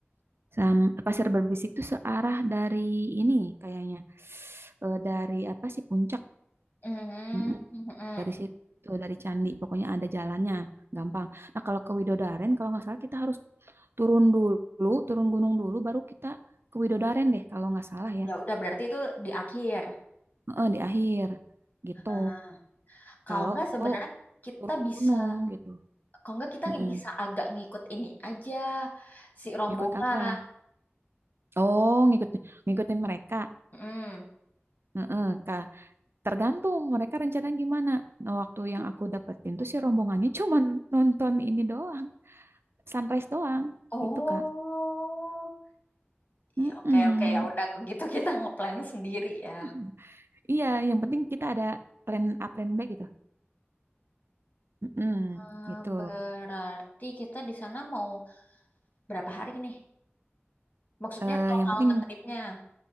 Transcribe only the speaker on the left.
Mm,
mm. mm.
Ya udah berarti itu di akhir.
Nah, kalau
nggak sebenarnya kita
bisa,
kalau nggak kita
bisa agak ngikut ini aja si rombongan.
Mm.
Oh,
ya oke oke ya udah kalau gitu kita ngeplan sendiri ya.
Eh,
berarti kita di sana mau berapa hari nih? Maksudnya
total
ngetripnya